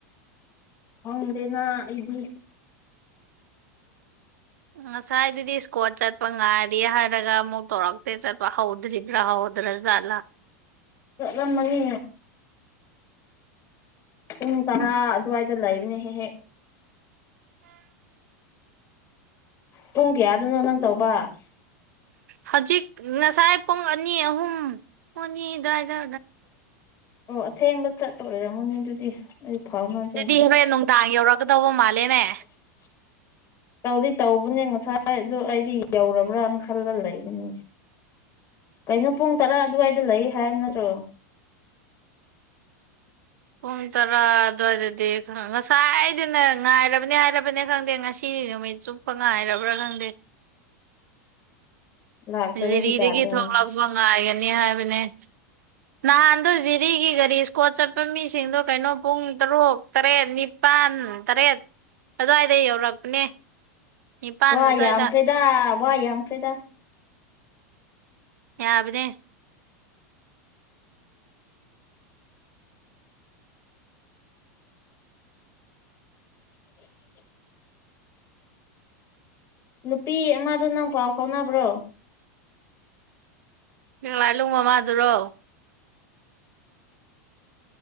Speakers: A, on the left; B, on the right.
A: ꯈꯪꯗꯦꯅꯥ ꯑꯩꯗꯤ
B: ꯉꯁꯥꯏꯗꯨꯗꯤ ꯏꯁꯀꯣꯠ ꯆꯠꯄ ꯉꯥꯏꯔꯦ ꯍꯥꯏꯔꯒ ꯑꯃꯨꯛ ꯇꯧꯔꯛꯇꯦ ꯆꯠꯄ ꯍꯧꯗ꯭ꯔꯤꯕ꯭ꯔꯥ ꯍꯧ ꯗꯔꯖꯠꯂ
A: ꯆꯠꯂꯝꯃꯅꯤ ꯄꯨꯡ ꯇꯔꯥ ꯑꯗꯨꯋꯥꯏꯗ ꯂꯩꯕꯅꯦ ꯍꯦꯛ ꯍꯦꯛ ꯄꯨꯡ ꯀꯌꯥꯗꯅꯣ ꯅꯪ ꯇꯧꯕ
B: ꯍꯧꯖꯤꯛ ꯉꯁꯥꯏ ꯄꯨꯡ ꯑꯅꯤ ꯑꯍꯨꯝ ꯄꯨꯡ ꯑꯅꯤ ꯑꯗꯨꯋꯥꯏꯗ
A: ꯑꯣ ꯑꯊꯦꯡꯕ ꯆꯠꯇ ꯑꯣꯏꯔꯝꯃꯅꯤ ꯑꯗꯨꯗꯤ ꯑꯩ ꯐꯥꯎꯅꯩ
B: ꯑꯗꯨꯗꯤ ꯍꯣꯔꯦꯟ ꯅꯨꯡꯗꯥꯡ ꯌꯧꯔꯛꯀꯗꯧꯕ ꯃꯥꯜꯂꯦꯅꯦ
A: <unintelligible> ꯇꯧꯗꯤ ꯇꯧꯕꯅꯦ ꯉꯁꯥꯏ ꯑꯗꯨ ꯑꯩꯗꯤ ꯌꯧꯔꯕ꯭ꯔꯅ ꯈꯜꯂ ꯂꯩꯕꯅꯦ ꯀꯩꯅꯣ ꯄꯨꯡ ꯇꯔꯥ ꯑꯗꯨꯋꯥꯏꯗ ꯂꯩ ꯍꯥꯏꯕ ꯅꯠꯇ꯭ꯔꯣ
B: ꯄꯨꯡ ꯇꯔꯥ ꯑꯗꯨꯋꯥꯏꯗꯗꯤ ꯉꯁꯥꯏꯗꯨꯅ ꯉꯥꯏꯔꯕꯅꯦ ꯍꯥꯏꯔꯕꯅꯤ ꯈꯪꯗꯦ ꯉꯁꯤ ꯅꯨꯃꯤꯠ ꯁꯨ ꯉꯥꯏꯔꯕ꯭ꯔꯥ ꯈꯪꯗꯦ <inaudible>
A: ꯂꯥꯛꯇꯕꯒꯤ
B: ꯖꯤꯔꯤꯗꯒꯤ
A: ꯖꯥꯠꯂꯥ
B: ꯊꯣꯛꯂꯛꯄ ꯉꯥꯏꯒꯅꯤ ꯍꯥꯏꯕꯅꯦ ꯅꯍꯥꯟꯗꯣ ꯖꯤꯔꯤꯒꯤ ꯒꯥꯔꯤ ꯁꯀꯣꯠ ꯆꯠꯄ ꯃꯤꯁꯤꯡꯗꯣ ꯀꯩꯅꯣ ꯄꯨꯡ ꯇꯔꯨꯛ ꯇꯔꯦꯠ ꯅꯤꯄꯥꯜ ꯇꯔꯦꯠ ꯑꯗꯨꯋꯥꯏꯗ ꯌꯧꯔꯛꯄꯅꯦ ꯅꯤꯄꯥꯜ
A: ꯋꯥ
B: ꯑꯗꯨꯋꯥꯏꯗ
A: ꯌꯥꯝꯈ꯭ꯔꯦꯗꯥ ꯋꯥ ꯌꯥꯝꯈ꯭ꯔꯦꯗꯥ
B: ꯌꯥꯕꯅꯦ
A: <unintelligible> ꯅꯨꯄꯤ ꯑꯃꯗꯣ ꯅꯪ ꯄꯥꯎ ꯐꯥꯎꯅꯕ꯭ꯔꯣ
B: ꯀꯪꯂꯥꯏꯂꯅꯨꯡ ꯃꯃꯥꯗꯨꯔꯣ